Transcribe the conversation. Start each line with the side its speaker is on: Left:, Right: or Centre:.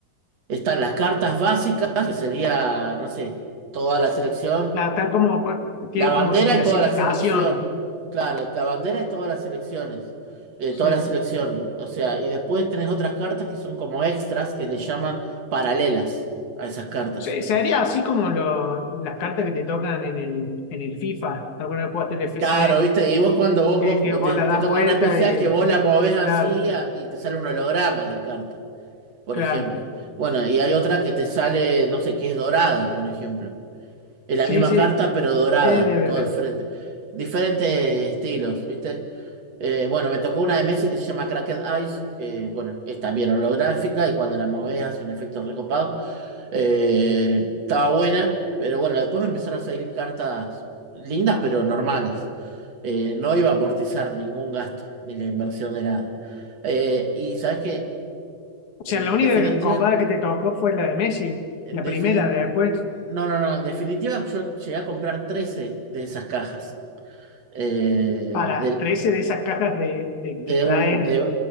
Right: están las cartas básicas, que sería, no sé, toda la selección,
Left: claro, están como, por- tienen
Right: la bandera
Left: como su clasificación.
Right: y toda la selección, claro, la bandera y todas las selecciones, eh, toda
Left: Sí.
Right: la selección, o sea, y después tenés otras cartas que son como extras, que le llaman paralelas a esas cartas.
Left: Se- Sería así como lo- las cartas que te tocan en el, en el FIFA. Alguna vez jugaste el FC,
Right: Claro, viste, y vos cuando vos,
Left: eh, que
Right: vos
Left: vos
Right: te,
Left: la
Right: te
Left: das
Right: toca
Left: vuelta
Right: una especial
Left: y,
Right: que vos la movés así
Left: claro,
Right: a- y te sale un holograma la carta, por
Left: claro.
Right: ejemplo. Bueno, y hay otra que te sale, no sé, que es dorada, por ejemplo. Es la
Left: Sí,
Right: misma
Left: sí,
Right: carta, pero dorada,
Left: es de,
Right: todo el frente. Diferentes estilos, viste. Eh, bueno, me tocó una de Messi que se llama Cracked Ice, que bueno, es también holográfica y cuando la movés hace un efecto recopado. Eh, estaba buena, pero bueno, después me empezaron a salir cartas lindas, pero normales. Eh, no iba a amortizar ningún gasto, ni la inversión de nada. Eh, y sabes que,
Left: O sea,
Right: en
Left: la única
Right: definitiva,
Left: copada que te tocó fue la de Messi,
Right: en
Left: la
Right: defini-
Left: primera, de después
Right: no, no, no, en definitiva, yo llegué a comprar 13 de esas cajas. Eh,
Left: para
Right: del-
Left: 13 de esas cajas de, de que
Right: de,
Left: traen.
Right: un, de,